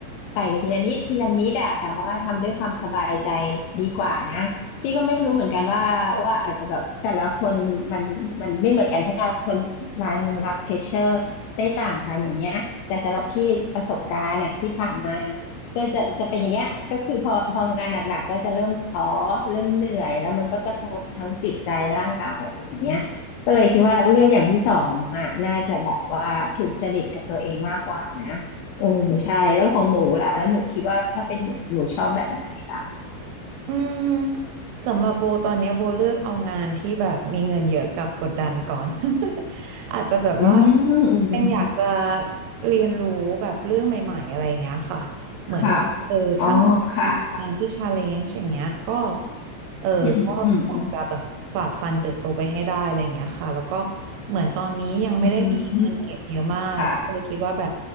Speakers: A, on the left; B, on the right.
A: ไต่ไปทีละนิดทีละนิดอะแต่ว่าทำด้วยความสบายใจดีกว่านะพี่ก็ไม่รู้เหมือนกันว่าว่าอาจจะแบบแต่ละคนมันมันไม่เหมือนกันใช่ไหมทนรางรับเพชเชอร์ได้ต่างกันอย่างเงี้ยแต่สำหรับพี่ประสบการณ์อะที่ผ่านมา ก็จะจะเป็นอย่างเงี้ยก็คือพอพองานหนักๆก็จะเริ่มท้อเริ่มเหนื่อยแล้วมันก็กระทบทั้งจิตใจร่างกายอะไรอย่างเงี้ยก็เลยคิดว่าเลือกอย่างที่สองอ่ะน่าจะแบบว่าถูกจริตกับตัวเองมากกว่านะโอ้ใช่แล้วของหนูล่ะแล้วหนูคิดว่าถ้าเป็นหนูหนูชอบแบบไหนล่ะ
B: อืมสำหรับโบตอนเนี้ยโบเลือกเอางานที่แบบมีเงินเยอะกับกดดันก่อน <laughs> อาจจะแบบว่า
A: อืมอืมอืมอืม
B: ยังอยากจะเรียนรู้แบบเรื่องใหม่ๆอะไรอย่างเงี้ยค่ะเหมือนกับเออถ้ามันมีงานที่ชาเลนจ์อย่างเงี้ยก็
A: ค่ะอ๋อค่ะค่ะ
B: เออก็อยากจะแบบฝ่าฟันเติบโตไปให้ได้อะไรอย่างเงี้ยค่ะแล้วก็
A: อืมอืมอืม
B: เหมือนตอนนี้ยังไม่ได้มีเงินเก็บเยอะมากเออคิดว่าแบบ
A: อืมค่ะ